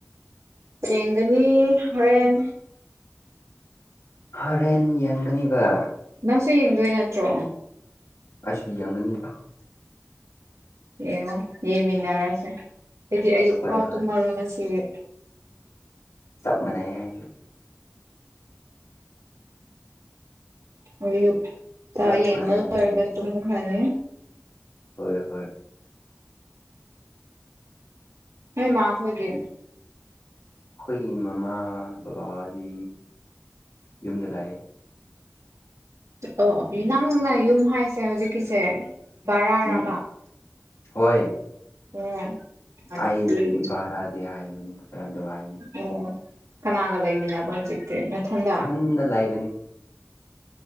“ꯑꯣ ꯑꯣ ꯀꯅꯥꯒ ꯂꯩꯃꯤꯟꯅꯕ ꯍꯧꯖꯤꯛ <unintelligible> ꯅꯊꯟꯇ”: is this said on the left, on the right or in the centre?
Right